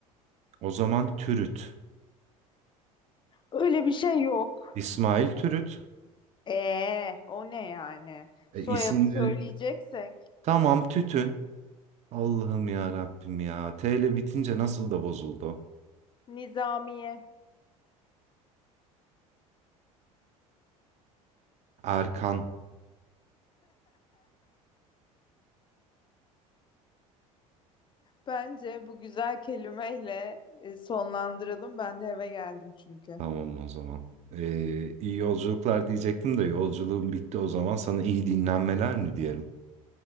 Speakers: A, on the right; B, on the left.
A: O zaman Türüt.
B: Öyle bir şey yok.
A: İsmail Türüt
B: Ee, o ne yani?
A: E,
B: Soyadı
A: isimleri
B: söyleyeceksek
A: tamam tütün. Allah'ım ya Rabbim ya. T ile bitince nasıl da bozuldu.
B: Nizamiye.
A: Erkan.
B: Bence bu güzel kelimeyle e, sonlandıralım. Ben de eve geldim çünkü.
A: Tamam o zaman. E, iyi yolculuklar diyecektim de yolculuğum bitti o zaman. Sana iyi dinlenmeler mi diyelim?